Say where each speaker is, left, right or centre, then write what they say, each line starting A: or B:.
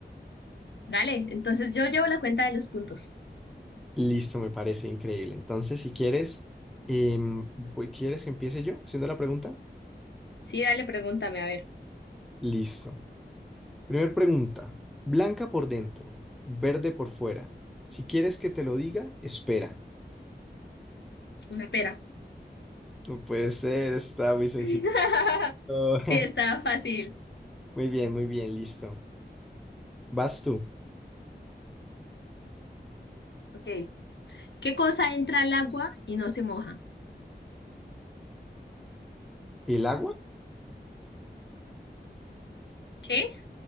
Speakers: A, on the left; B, in the centre.
A: Dale, entonces yo llevo la cuenta de los puntos.
B: Listo, me parece increíble. Entonces, si quieres, em, voy- ¿quieres que empiece yo haciendo la pregunta?
A: Sí, dale, pregúntame, a ver,
B: Listo. Primer pregunta. Blanca por dentro, verde por fuera. Si quieres que te lo diga, espera.
A: una pera.
B: No puede ser, está muy sencillo.
A: <laughs>
B: <laughs>
A: Sí, está fácil.
B: Muy bien, muy bien, listo. Vas tú.
A: Ok. ¿Qué cosa entra al agua y no se moja?
B: ¿El agua?
A: ¿Qué?